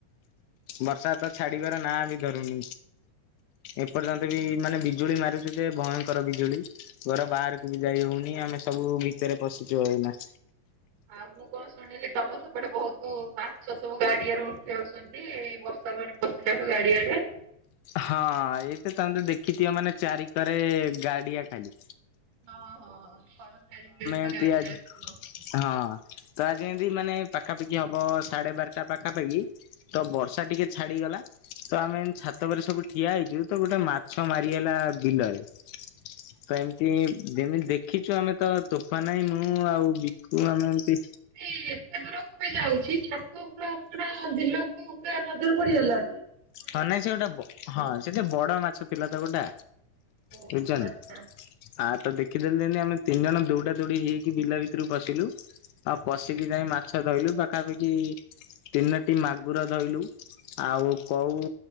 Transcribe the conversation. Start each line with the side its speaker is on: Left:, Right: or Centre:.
Left: ବର୍ଷା ତ ଛାଡିବାର ନାଁ ବି ଧରୁନି। ଏପର୍ଯ୍ୟନ୍ତ ବି ମାନେ ବିଜୁଳି ମାରୁଛି ଯେ ଭୟଙ୍କର ବିଜୁଳି। ଘର ବାହାରକୁ ବି ଯାଇ ହୋଉନି ଆମେ ସବୁ ଭିତରେ ପସିଚୁ ଏଇନା।
Right: ଆଉ ମୁଁ କଣ ଶୁଣିଲି ତମ ସେପଟେ ବହୁତ ମାଛ ସବୁ ଗାଡିଆରୁ ଉଠି ଆଉଛନ୍ତି? ଏଇ ବର୍ଷାପଣି ପସିଲାରୁ ଗାଡିଆରେ।
Left: ହଁ ଏଇତ ତମେ ଦେଖିଥିବ ମାନେ ଚାରି କରେ ଗାଡିଆ ଟାଏ।
Right: ହଁ ହଁ ହଁ ସରକାରି ବିଲ୍ ତ
Left: ଏମତି
Right: ଗାଡ଼ିରା
Left: ଆଜି
Right: ଥିବ।
Left: ହଁ ତ ଆଜି ଏମତି ମାନେ ପାଖାପାଖି ହବ ସାଢେ ବାରଟା ପାଖାପାଖି ତ ବର୍ଷା ଟିକେ ଛାଡିଗଲା ତ ଆମେଏମି ଛା ତାପରେ ସବୁ ଠିଆ ହେଇଚୁ ତ ଗୋଟେ ମାଛ ମାରିଗଲା ବିଲରେ ତ ଏମତି ଯେମିତି ଦେଖିଚୁ ଆମେ ତ ତୋଫାନ ଭାଇ, ମୁଁ ଆଉ ବିକୁ ଆମେ ଏମତି
Right: ଏଇ ଏତେ ଦୂରକୁ ବି ଯାଉଛି ଛାତ ପୁରା ପୁରା ବିଲକୁ କୁ ପୁରା ନଜର ପଡ଼ିଗଲା?
Left: ହଁ ନାଇଁ ସିଏ ଗୋଟା ବ ହଁ ସିଏ ବଡ ମାଛ ଥିଲା ତ ଗୋଟା
Right: ଓହୋ
Left: ବୁଝଚନ୍ତି।
Right: ଆଚ୍ଛା।
Left: ଆର ତ ଦେଖିଦେଲୁ ଯେମତି ଆମେ ତିନି ଜଣ ଦୌଡା ଦୌଡି ହେଇକି ବିଲା ଭିତୁରୁକୁ ପଶିଲୁ। ଆଉ ପଶିକି ଯାଇଁ ମାଛ ଧଇଲୁ ପାଖାପାଖି ତିନୋଟି ମାଗୁର ଧଇଲୁ ଆଉ କୋଉ